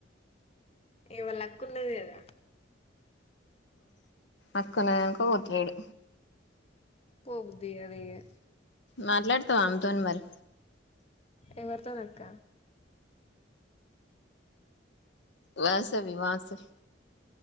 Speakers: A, on the left (about 35°); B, on the left (about 65°).
A: వాళ్ళ అక్క ఉన్నది కదా
B: అక్కనైతేనే పోతలేడు
A: పో బుద్ధి కాదు ఇగ
B: మాట్లాడుతావ ఆమే తోని మరి
A: ఎవరితోనక్క
B: వసవి వాసవి